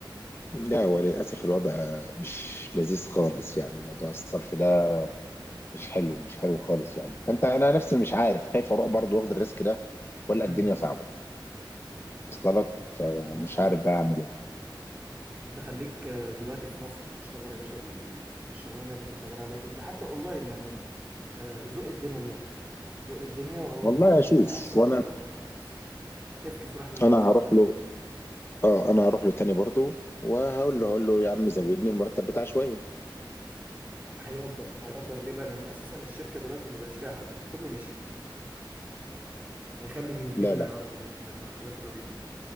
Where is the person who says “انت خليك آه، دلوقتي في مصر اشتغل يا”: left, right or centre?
Right